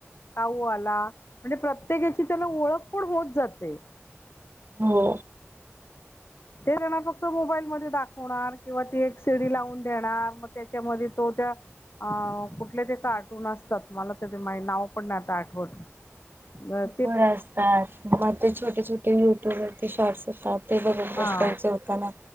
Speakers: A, on the left (about 55°); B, on the right (about 45°).
A: काऊ आला म्हणजे प्रत्येकाची त्याला ओळख पण होत जाते.
B: हो
A: ते जाणार फक्त मोबाईल म दाखवणार किंवा ती एक सीडी लावून देणार मग त्याच्यामध्ये तो अ कुठल्या ते का कार्टून असतात मला त्या मा नाव पण नाही आता आठवत बर
B: र असतात मग ते छोटे छोटे युट्यूब वरचे शॉर्ट्स येतात ते बघत
A: हा
B: बसता जे होताना